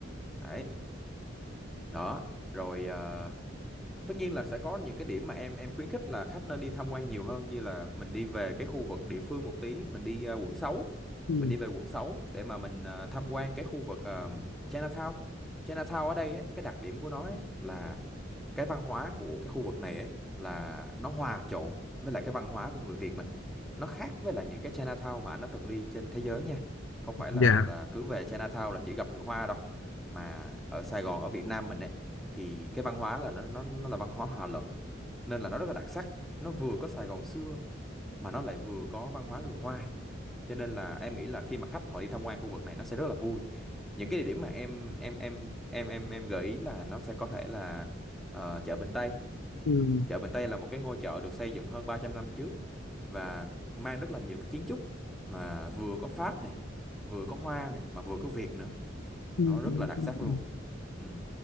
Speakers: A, in the centre; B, on the left.
A: đấy đó rồi ờ, tất nhiên là sẽ có những cái điểm mà em em khuyến khích là khách nên đi tham quan nhiều hơn như là mình đi về cái khu vực địa phương một tí mình đi ờ, quận sáu
B: Ừ.
A: mình đi về quận 6 để mà mình ờ, tham quan cái khu vực ờ, Chinatown Chinatown ở đây ấy, cái đặc điểm của nó ấy là cái văn hóa của cái khu vực này ấy là nó hòa trộn với lại cái văn hóa của người Việt mình nó khác với lại những cái Chinatown mà anh đã từng đi trên thế giới nha không phải là
B: dạ
A: là cứ về Chinatown là chỉ gặp người Hoa đâu mà ở Sài Gòn ở Việt Nam mình ấy thì cái văn hóa là nó nó nó là văn hóa hòa lẫn nên là nó rất là đặc sắc nó vừa có Sài Gòn xưa mà nó lại vừa có văn hóa người Hoa cho nên là em nghĩ là khi mà khách họ đi tham quan khu vực này nó sẽ rất là vui những cái địa điểm mà em em em em em em gợi ý là nó sẽ có thể là ờ, chợ Bình Tây
B: ừ.
A: chợ Bình Tây là một cái ngôi chợ được xây dựng hơn 300 năm trước và mang rất là nhiều cái kiến trúc mà vừa có Pháp này vừa có Hoa này mà vừa có Việt nữa
B: Ừ.
A: nó rất
B: ừ,
A: là đặc
B: ừ,
A: sắc luôn
B: ừ.
A: ừ.